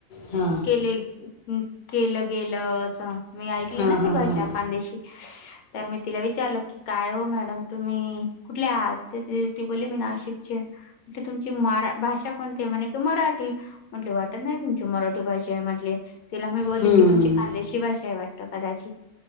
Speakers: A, on the left (about 40°); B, on the left (about 80°).
A: हां
B: केले, केलं गेलं असं, मी ऐकले
A: हां
B: ना
A: हां
B: ते भाषा,
A: हां
B: खांदेशी. तर मी तिला विचारलं की काय ओ मॅडम तुम्ही कुठले आहात? ते ती बोलली मी नाशिकचीये. म्हटलं तुमची मारा भाषा कोणतीय? म्हणे कि मराठी. म्हटले वाटत नाही तुमची मराठी भाषा आहे म्हटली. तिला मी बोलले
A: हं,
B: की तुमची खांदेशी भाषा आहे वाटत कदाचित.